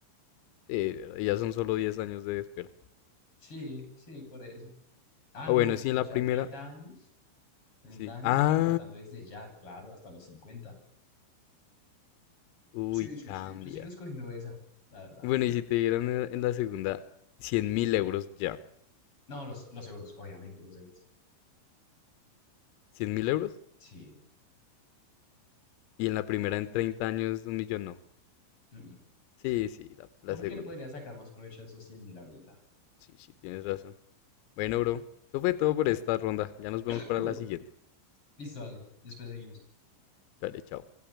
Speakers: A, on the left (about 90°); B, on the left (about 25°).
A: sí, ¿verdad? Y ya son solo 10 años de espera.
B: Sí, sí, por eso. Ah,
A: Ah,
B: no,
A: bueno, sí,
B: pero
A: en la
B: o sea,
A: primera,
B: 30 años, treinta
A: sí.
B: años,
A: Ah.
B: pero contando desde ya, claro, hasta los 50.
A: Uy,
B: Sí, sí,
A: cambia.
B: sí, yo sigo escogiendo esa, la verdad.
A: Bueno, y si te dieran en en la segunda 100 mil euros ya.
B: No, los, los euros, obviamente los euros.
A: 100 mil euros.
B: Sí.
A: Y en la primera en 30 años un millón no.
B: mm, mm.
A: Sí, sí, la, la
B: No, porque
A: segunda.
B: le podría sacar más provecho a esos cien mil ahorita.
A: Sí, sí, tienes razón. Bueno, bro, eso fue todo por esta ronda. Ya nos vemos
B: <clears throat>
A: para la siguiente.
B: Listo, dale, después seguimos.
A: Dale, chao.